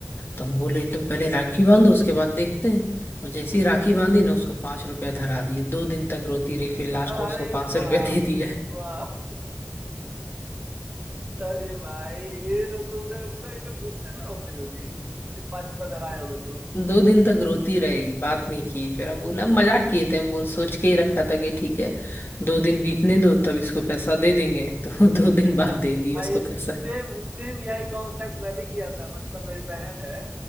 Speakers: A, on the left; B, on the right.
A: तो हम बोले तुम पहले राखी बांधो उसके बाद देखते हैं और जैसे ही राखी बांधी ना उसको पांच रुपया धरा दिए दो दिन तक रोती रही फिर लास्ट
B: अरे
A: में उसको पांच सौ
B: बाप
A: रुपया दे दिए
B: रे बाप अरे भाई ये तो तुमने पूरा एकदम गुस्से में हो गई होगी ये पश पे धराए होगे तो
A: दो दिन तक रोती रही बात नहीं की फिर हम बोला मजाक किए थे हम बोल सोच के ही रखा था कि ठीक है दो दिन बीतने दो तब इसको पैसा दे देंगे <laughs> तो दो दिन बाद दे दिए
B: भाई
A: उसको पैसा
B: सेम सेम यही कॉन्सेप्ट मैं भी किया था मतलब मेरी बहन है